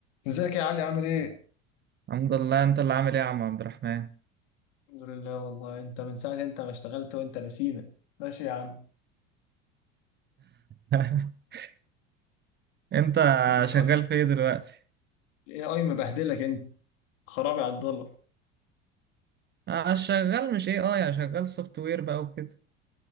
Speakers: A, on the left (about 65°); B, on the right (about 30°).
A: ازيك يا علي عامل ايه؟
B: الحمد لله انت اللي عامل ايه يا عم عبد الرحمن
A: الحمد لله والله انت من ساعة انت ما اشتغلت وانت نسينا ماشي يا عم
B: <laughs> انت
A: الاي
B: شغال
A: اي
B: في ايه دلوقتي
A: الاي اي مبهدلك انت خرابي على الدولار
B: اه شغال مش ايه اه يا شغال سوفت وير بقى وكده